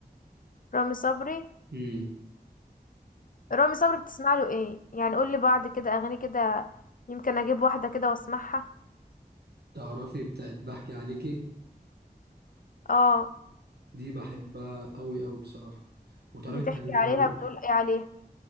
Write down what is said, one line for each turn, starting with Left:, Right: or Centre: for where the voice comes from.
Left: رامي صبري
Right: امم
Left: رامي صبري بتسمع له ايه يعني قول لي بعض كده اغاني كده يمكن اجيب واحده كده واسمعها
Right: تعرفي بتاعت بحكي عليكي
Left: اه
Right: دي بحبها قوي قوي بصراحه وتعرفي
Left: بتحكي
Right: بتاعت لما
Left: عليها
Right: ب-
Left: بتقول ايه عليها